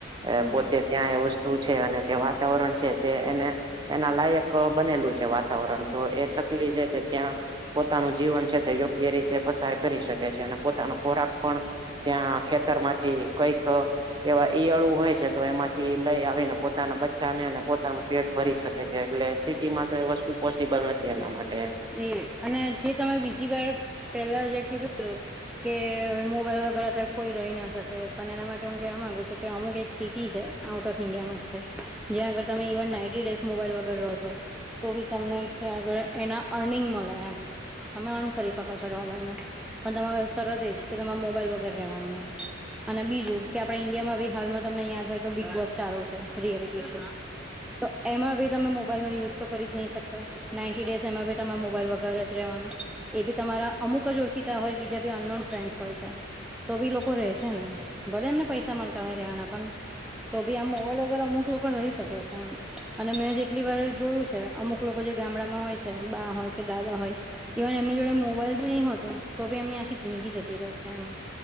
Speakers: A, on the right; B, in the centre.
A: એ
B: હમ
A: પોતે ત્યાં એ વસ્તુ છે, અને તે વાતાવરણ છે, તે એને એના લાયક- - ક બનેલું છે વાતાવરણ તો એ ચકલી જે તે ત્યાં -- પોતાનું જીવન છે તે યોગ્ય રીતે પસાર કરી શકે છે, અને પોતાનો ખોરાક પણ- ત્યાં ખેતર માંથી કઈક, એવા ઈયળો હોય છે, તો એમાંથી લઈ આવીને પોતાના બચ્ચાને અને પોતાનું પેટ ભરી શકે છે. એટલે -- સિટીમાં તો એ વસ્તુ પોસીબલ નથી એના માટેએમ -
B: એ અને જે તમે બીજી વાર, પેલા જે કીધું તું -- કે મોબાઈલ વગર અતારે કોઈ રહી ના શકે, પણ એના માટે હું કેવા માંગુ છું કે, અમુક એક સિટી છે. આઉટ ઓફ ઇન્ડિયામાં જ છે. જયા અગર તમે ઇવન નાઇન્ટી ડેઝ મોબાઈલ વગર રહો છો, - તો બી તમને આગળ એના અર્નિંગ મળે એમ. તમે અર્ન કરી શકો છો ડોલરમાં, પણ તમારે શરત એજ કે તમારે મોબાઈલ વગર રહેવાનું એમ. અને બીજુ, કે આપડે ઈન્ડિયામાં ભી હાલમાં તમને યાદ હોય તો બિગ બોસ ચાલુ છે. રિયલિટી શો- તો એમાં બી તમે મોબાઈલ નો યુઝ તો કરી જ નહી શકતા. નાઇન્ટી ડેઝ એમાં- તમારે મોબાઈલ વગર જ રેવાનું. - એબી તમારા અમુક જ ઓળખીતા હોય બીજા બી અનનોન ફ્રેન્ડસ હોય છે. તો બી લોકો રે છે ને, ભલે એમને પૈસા મળતા હોય રહેવાના. પણ- તો ભી આમ મોબાઇલ વગર અમુક લોકો રહી શકે છે. એમ અને મેં જેટલી વાર જોયું છે અમુક - -લોકો જે ગામડામાં હોય છે, બા હોય કે દાદા હોય. - ઇવન એમની જોડે મોબાઈલ બી નહી હોતો તો ભી એમની આખી જિંદગી જતી રહે છે. એમ-